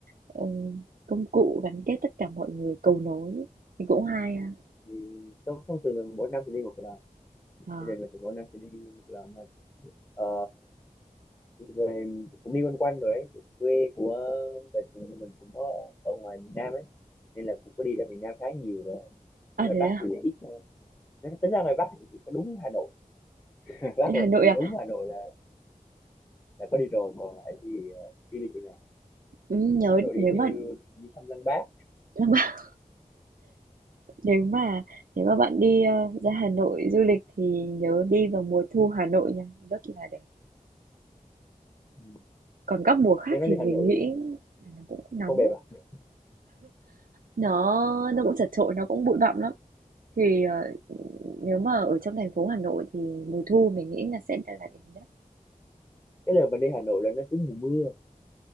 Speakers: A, on the right; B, on the left.
A: ừm, công cụ gắn kết tất cả mọi người, cầu nối, thì cũng hay ha.
B: thì thông thông thường là mỗi năm thì đi một lần
A: Ờ,
B: thì lần mình thì mỗi năm sẽ đi một lần mà ờ, về cũng đi quanh quanh rồi ấy quê của mình cũng mình cũng có ở ngoài miền Nam ấy nên là cũng có đi ra miền Nam khá nhiều rồi ở
A: à,
B: ngoài
A: thế
B: Bắc
A: à?
B: thì lại ít thôi Nếu tính ra ngoài Bắc thì chỉ có đúng Hà Nội <laughs> Bắc
A: ở Hà
B: là
A: Nội
B: chỉ
A: à?
B: đúng Hà Nội là là có đi rồi còn lại thì ờ, đi đi chỗ nào
A: Ừm, nhớ
B: Hà Nội đi
A: nếu
B: theo
A: mà
B: đi thăm Lăng Bác
A: <laughs> Nếu mà nếu mà bạn đi, ơ, ra Hà Nội du lịch thì nhớ đi vào mùa thu Hà Nội nha, rất là đẹp.
B: Ừ.
A: Còn các mùa khác
B: nghe nói
A: thì
B: đi
A: mình
B: Hà Nội
A: nghĩ
B: thì
A: là nó cũng nóng
B: không đẹp
A: lắm,
B: à
A: nó nó cũng chật chội, nó cũng bụi bặm lắm. Thì, ờ, nếu mà ở trong thành phố Hà Nội thì mùa thu mình nghĩ là sẽ là đẹp nhất.
B: cái đợt mình đi Hà Nội là nó trúng mùa mưa